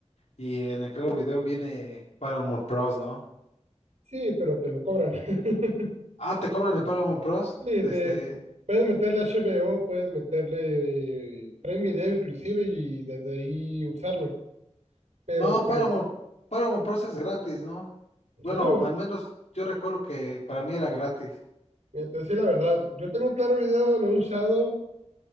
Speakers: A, on the left; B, on the right.
A: y en el Claro Video viene Paramount Plus, ¿no?
B: Sí, pero te lo cobran. <laughs>
A: Ah, ¿te cobran en Paramount Plus?
B: Sí,
A: Este,
B: te- puedes meterle HBO, puedes meterle eh, Prime Video inclusive y desde ahí usarlo. Pero
A: no,
B: pues,
A: Paramount, Paramount Plus es gratis, ¿no?
B: en
A: Bueno,
B: serio,
A: al menos yo recuerdo que para mí era gratis.
B: mira, te voy a decir la verdad, yo tengo Claro Video, lo he usado,